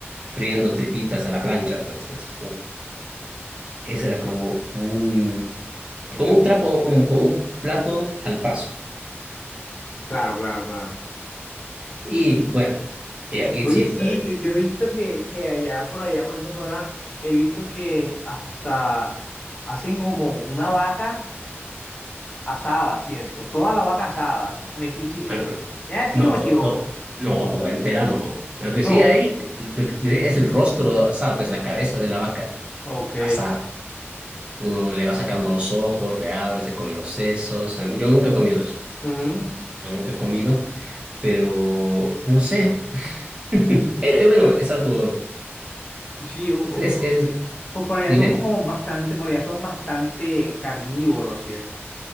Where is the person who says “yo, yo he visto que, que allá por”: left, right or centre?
Left